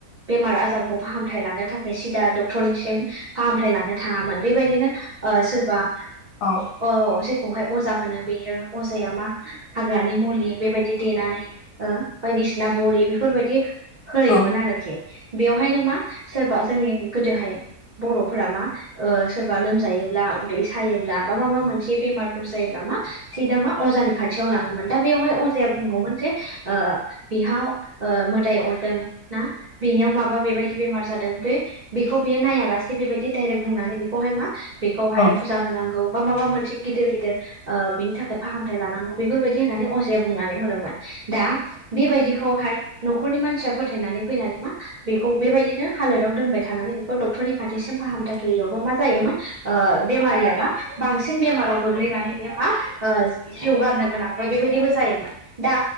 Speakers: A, on the right (about 75°); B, on the left (about 85°).
A: बेमार आजारखौ फाहामथाय लानो थाखाय सिदा डक्टरनिसिम फाहामथाय लानो थाङामोन बेबायदिनो ओ सोरबा
B: औ
A: ओ सेरखौहाय अजा होनो बेयो अजाया मा हाग्रानि मुलि बेबायदि देनानै ओ बायदिसिना बरि बेफोरबायदि होनाययोमोन
B: औ
A: आरोखि । बेयावहायनो मा सोरबा जोंनि गोदोहाय । बर'फोरा मा ओ सोरबा लोमजायोब्ला उदै सायोब्ला बा मा मा मोनसे बेमारफोर जायोब्ला मा । सिदा मा अजानि खाथियाव लाङोमोन दा बेवहाय अजाया बुंगौमोन जे ओ बेहाव ओ मोदाय अरदों ना बेनियाव माबा बेबायदि बेमार जादों बे बेखौ बेयो नायालासे बेबायदि दायरेक बुंनानै बेखौहाय मा बेखौहाय
B: औ
A: होनांगौ बा माबा मोन से गिदिर गिदिर बिनि थाखाय फाहामथाय लानांगौ बेफोरबायदि होननानै अजाया बुंनानै होदोंमोन दा । बेबायदिखौहाय न'खरनि मानसिया फोथायनानै फैनानै मा बेखौ बेबायदिनो हालोदाव दोनबाय थानानै बेखौ डक्टरनि खाथिसिम फाहामथाय गैयावबो मा जायोमोन ओ बेमारिया मा बांसिन बेमाराव गोग्लैनानै बे मा ओ जिउ गारनो गोनांबो बेबायदिबो जोयोमोन दा